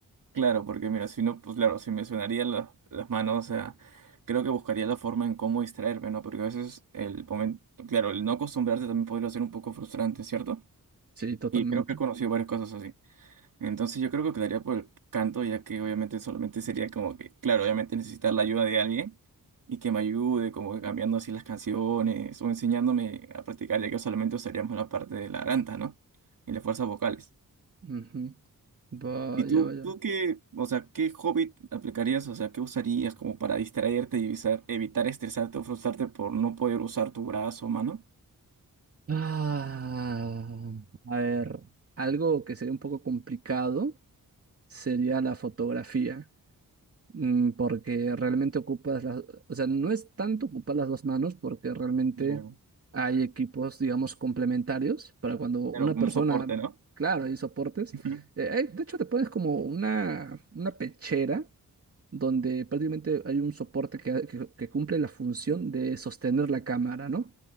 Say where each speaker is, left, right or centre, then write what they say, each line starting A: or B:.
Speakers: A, on the right; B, on the right.
A: Claro, porque mira, si no, pues claro, si me sonarían la- las manos, o sea, creo que buscaría la forma en cómo distraerme, ¿no? Porque a veces el momento, claro, el no acostumbrarte también podría ser un poco frustrante, ¿cierto?
B: Sí, totalmente.
A: Y creo que he conocido varias cosas así. Entonces yo creo que quedaría por el canto, ya que obviamente solamente sería como que, claro, obviamente necesitar la ayuda de alguien y que me ayude como que cambiando así las canciones o enseñándome a practicar, ya que solamente usaríamos la parte de la garganta, ¿no? Y las fuerzas vocales.
B: Ujú. Vaya,
A: ¿Y tú, Claro.
B: vaya.
A: tú qué, o sea, qué hobby aplicarías, o sea, qué usarías como para distraerte y evitar, evitar estresarte o frustrarte por no poder usar tu brazo o mano?
B: Ah, a ver, algo que sería un poco complicado sería la fotografía. mm, porque realmente ocupas las, o sea, no es tanto ocupar las dos manos porque realmente
A: Claro.
B: hay equipos, digamos, complementarios para cuando
A: Pero
B: una
A: como
B: persona,
A: un soporte, ¿no?
B: claro, hay soportes.
A: Ujú.
B: Eh, hay- de hecho, te pones como una, una pechera donde prácticamente hay un soporte que, que- que cumple la función de sostener la cámara, ¿no?